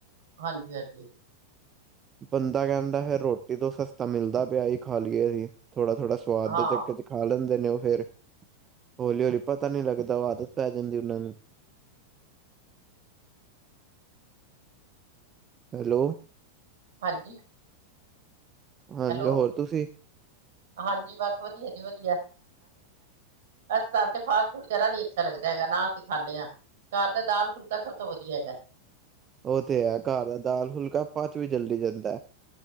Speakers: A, on the right; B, on the right.
A: ਹਾਂਜੀ ਹਾਂਜੀ
B: ਬੰਦਾ ਕਹਿੰਦਾ ਫਿਰ ਰੋਟੀ ਤੋਂ ਸਸਤਾ ਮਿਲਦਾ ਪਿਆ ਏ ਖਾ ਲਈਏ ਆਸੀ, ਥੋੜਾ -ਥੋੜਾ ਸਵਾਦ
A: ਹਾਂ
B: ਦੇ ਚੱਕਰ ਚ ਖਾ ਲੈਂਦੇ ਨੇ ਉਹ ਫੇਰ, ਹੌਲੀ-ਹੌਲੀ ਪਤਾ ਨਹੀਂ ਲੱਗਦਾ ਉਹ ਆਦਤ ਪੈ ਜਾਂਦੀ ਉਹਨਾਂ ਨੂੰ। ਹੈਲੋ
A: ਹਾਂਜੀ
B: ਹਾਂਜੀ
A: ਹੈਲੋ,
B: ਹੋਰ ਤੁਸੀਂ
A: ਹਾਂਜੀ ਬਸ ਵਧੀਆ ਜੀ ਵਧੀਆ। ਆ ਤੇ ਫਾਸਟ ਫੂਡ ਜ਼ਰਾ ਨੀ ਅੱਛਾ ਲੱਗਦਾ ਹੈਗਾ ਨਾ ਅਸੀਂ ਖਾਂਣਿਆ। ਘਰ ਦਾ ਦਾਲ ਫੁਲਕਾ ਸਭ ਤੋਂ ਵਧੀਆ ਹੈਗਾ।
B: ਉਹ ਤੇ ਹੈ ਘਰ ਦਾ ਦਾਲ ਫੁਲਕਾ ਪਚ ਵੀ ਜਲਦੀ ਜਾਂਦਾ ਐ।